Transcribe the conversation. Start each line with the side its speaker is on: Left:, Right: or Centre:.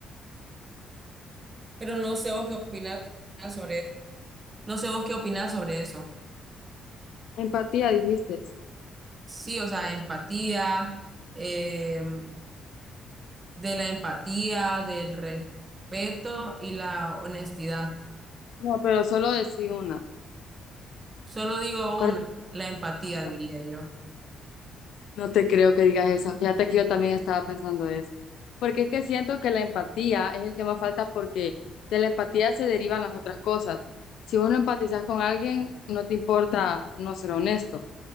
Right: Pero no sé vos qué opinás sobre, no sé vos qué opinás sobre eso.
Left: Empatía, dijiste.
Right: Sí, o sea, empatía, eh, de la empatía, del respeto y la honestidad.
Left: No, pero solo decí una.
Right: Solo digo
Left: ¿Cuál
Right: una,
Left: es
Right: la empatía,
Left: la falta?
Right: diría yo.
Left: No te creo que digas eso. Fíjate que yo también estaba pensando eso. Porque es que siento que la empatía es el que más falta porque de la empatía se derivan las otras cosas. Si vos no empatizas con alguien, no te importa no ser honesto.